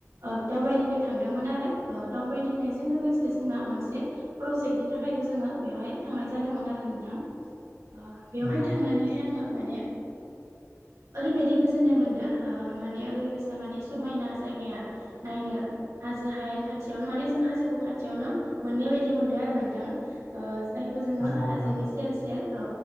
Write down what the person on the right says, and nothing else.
ओब दावबायदिंनो थांदोंमोन आरो ओ दावबायदिंनायजों लोगोसे जोंना मोन से प्रजेक्टनि थाखायबो जोङो बेवहाय थांनाय जादोंमोन आरो नोंथां ओ बेवहाय
थांनानैहाय आङो माने ओरैबायदि गोजोननाय मोनदो। ओ माने ओरैबायसा माने समायना जायगाया। नायनो हाजो हायेन खाथियावनो माने जों हाजोखौ खाथियावनो मोननाय बायदि मोनो आरो नोंथां ओ जायखौ जोङो
हाजोनि
सेर सेर औ